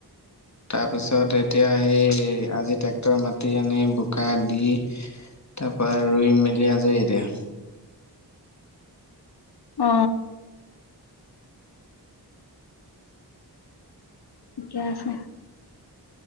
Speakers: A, on the left; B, on the left.
A: তাৰপিছত এতিয়া সেই আজি টেক মাতি আনি বোকা দি তাৰ পৰা ৰুই মেলি আজৰি এতিয়া।
B: অ, ঠিকে আছে।